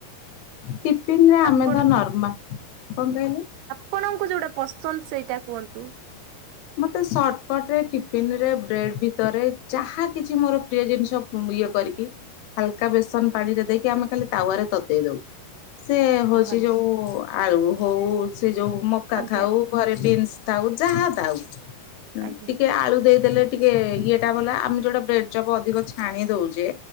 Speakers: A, on the left; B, on the right.
A: ଟିଫିନରେ
B: ଆପଣଙ୍କୁ
A: ଆମେତ ନର୍ମା କଣ କହିଲେ?
B: ଆପଣଙ୍କୁ ଯୋଉଟା ପସନ୍ଦ ସେଇଟା କୁହନ୍ତୁ।
A: ମତେ ସଟକଟ ରେ ଟିଫିନ ରେ ବ୍ରେଡ ଭିତରେ ଯାହା କିଛି ମୋର ପ୍ରିୟ ଜିନିଷ ଇଏ କରିକି ହାଲକା ବେସନ ପାଣିରେ ଦେଇକି ଆମେ ଖାଲି ତାୱରେ ତତେଇ ଦଉ। ସେ ହଉଚି
B: ଭଲ
A: ଯୋଉ ଆଳୁ ହଉ ସେ ଯୋଉ ମକା
B: ଆଜ୍ଞା
A: ଥାଉ ଘରେ ବିନ୍ସ ଥାଉ ଯାହା ଥାଉ ହଁ
B: ଆଜ୍ଞା।
A: ଟିକେ ଆଳୁ ଦେଇଦେଲେ ଟିକେ ଇଏଟା ବଲା, ଆମେ ଯୋଉଟା ବ୍ରେଡ ଚପ ଅଧିକ ଛାଣି ଦଉଛେ